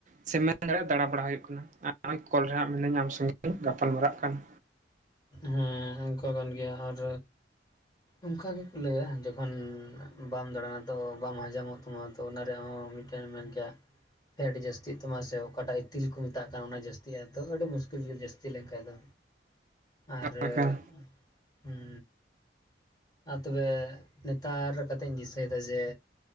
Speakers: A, on the right; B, on the left.
A: ᱥᱮ ᱢᱮᱱ ᱫᱟᱲᱮᱭᱟᱜᱼᱟ ᱫᱟᱸᱬᱟ ᱵᱟᱲᱟ ᱦᱩᱭᱩᱜ ᱠᱟᱱᱟ ᱟᱨ ᱠᱚᱞ ᱨᱮ ᱦᱟᱸᱜ ᱢᱮᱱᱟᱹᱧᱟ ᱟᱢ ᱥᱚᱸᱜᱮᱧ ᱜᱟᱯᱟᱞᱢᱟᱨᱟᱜ ᱠᱟᱱᱟ
B: ᱦᱮᱸ ᱚᱱᱠᱟ ᱠᱟᱱ ᱜᱮᱭᱟ ᱟᱨ ᱚᱱᱠᱟ ᱜᱮᱠᱚ ᱞᱟᱹᱭᱟ ᱡᱚᱠᱷᱚᱱ ᱵᱟᱢ ᱫᱟᱬᱟᱱᱟ ᱛᱚ ᱵᱟᱢ ᱦᱚᱡᱚᱢᱚᱜ ᱛᱟᱢᱟ ᱛᱚ ᱚᱱᱟ ᱨᱮᱦᱚᱸ ᱢᱤᱫᱴᱮᱱ ᱢᱮᱱ ᱠᱮᱭᱟ ᱯᱷᱮᱴ ᱡᱟᱹᱥᱛᱤᱜ ᱢᱟᱥᱮ ᱚᱠᱟᱴᱟᱜ ᱤᱛᱤᱞ ᱠᱚ ᱢᱮᱛᱟᱜ ᱠᱟᱱ ᱚᱱᱟ ᱡᱟᱹᱥᱛᱤᱜᱼᱟ ᱛᱚ ᱟᱹᱰᱤ ᱢᱩᱥᱠᱤᱞ ᱜᱮ ᱡᱟᱹᱥᱛᱤ ᱞᱮᱱᱠᱷᱟᱡ ᱫᱚ ᱟᱨ
A: ᱮᱠᱟᱞ
B: ᱮ ᱦᱩᱸ ᱟᱨ ᱛᱚᱵᱮ ᱱᱮᱛᱟᱨ ᱠᱟᱛᱮᱧ ᱫᱤᱥᱟᱹᱭ ᱫᱟ ᱡᱮ